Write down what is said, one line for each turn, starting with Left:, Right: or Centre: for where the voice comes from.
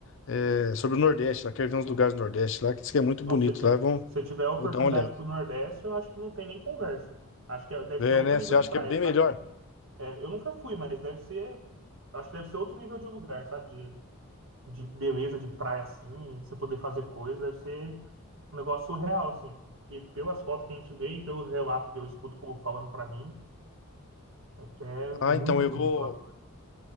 Left: eh, sobre o Nordeste. Lá quero ver uns
Right: É.
Left: lugares do Nordeste lá que diz que é muito bonito.
Right: Não, se você tiv-
Left: Lá vão,
Right: se você tiver a oportunidade
Left: vou dar uma olhada.
Right: pro Nordeste, eu acho que não tem nem conversa. Acho que é, deve
Left: É,
Right: ser outro
Left: né?
Right: nível
Left: Você acha
Right: de praia,
Left: que é bem
Right: sabe?
Left: melhor?
Right: É, eu nunca fui, mas deve ser. Acho que deve ser outro nível de lugar, sabe? De, de beleza, de praia assim, você poder fazer coisas, deve ser um negócio surreal, assim. Que pelas fotos que a gente vê e pelos relatos que eu escuto o povo falando pra mim, é que é
Left: Ah,
Right: muito
Left: então eu
Right: bonito
Left: vou.
Right: lá.